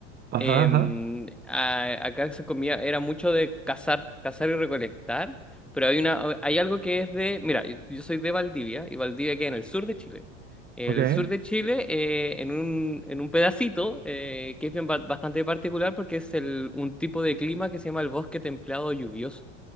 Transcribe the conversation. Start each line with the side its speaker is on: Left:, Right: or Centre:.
Right: Ajá,
Centre: Em,
Right: ajá,
Centre: a- acá se comía, era mucho de cazar, cazar y recolectar, pero hay una, hay algo que es de, mira, yo, yo soy de Valdivia y Valdivia queda en el sur de Chile. El
Right: ok.
Centre: sur de Chile, eh, en un, en un pedacito eh, que es bien ba- bastante particular porque es el, un tipo de clima que se llama el bosque templado lluvioso.